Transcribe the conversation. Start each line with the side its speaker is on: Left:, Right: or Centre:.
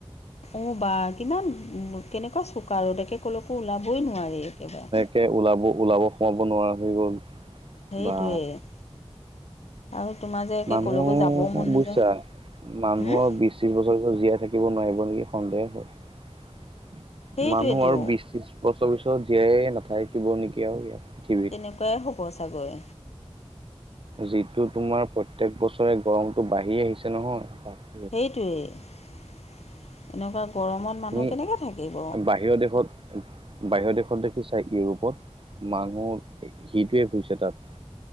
Left: অঁ বা কিমান ওম কেনেকুৱা চোকা ৰ'দ একে কলৈকো ওলাবই নোৱাৰি একেবাই।
Right: কে ওলাব ওলাব সোমাব নোৱাৰা হৈ গ'ল।
Left: সেইটোৱে
Right: বা
Left: আৰু তোমাৰ যে একে
Right: মানুহ
Left: ক'লৈকো যাবও মন নাযায়
Right: বুইছা মানুহৰ
Left: হুম
Right: বিচ বেছি বছৰ বছৰো জীয়াই থাকিব নোৱাৰিব নিকি সন্দেহ হয়।
Left: সেইটোৱেতো
Right: মানুহ আৰু বিশ ত্ৰিশ বছৰ পিছত জীয়াই নাথাকিব নেকি আৰু ইয়াত পৃথিৱীত।
Left: তেনেকুৱাই হ'ব চাগৈ।
Right: যিটো তোমাৰ প্ৰত্যেক বছৰে গৰমটো বাঢ়ি আহিছে নহয়,
Left: সেইটোৱেই এনেকোৱা গৰমত মানুহ
Right: তুমি,
Left: কেনেকৈ থাকিব
Right: বাহিৰৰ দেশত বাহিৰৰ দেশত দেখিচা ইউৰোপত মানুহ সি সিটোৱে ফুৰিছে তাত।